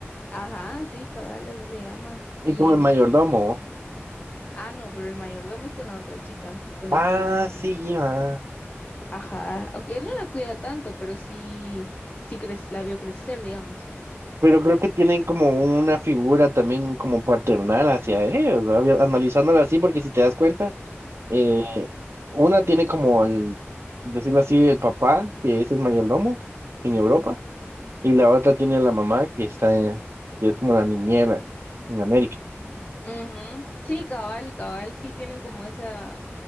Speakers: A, on the left (about 35°); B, on the right (about 65°).
A: Ajá, sí, cabal, así se llama.
B: Y
A: Y
B: con el
A: él,
B: mayordomo.
A: ah, no, pero el mayordomo es con la otra chica, con la
B: Ah,
A: que vive en
B: sí,
A: Europa.
B: lleva.
A: Ajá, aunque él no la cuida tanto, pero sí, sí cre- la vio crecer, digamos.
B: Pero creo que tienen como una figura también como paternal hacia ellos, ¿verdad? Había- Analizándola así, porque si te das cuenta, eh, una tiene como al, decirlo así, el papá, que es el mayordomo en Europa,
A: Ujú.
B: y la otra tiene la mamá, que está, que es como la niñera en América.
A: Ujú. Sí, cabal, cabal, sí tienen como esa,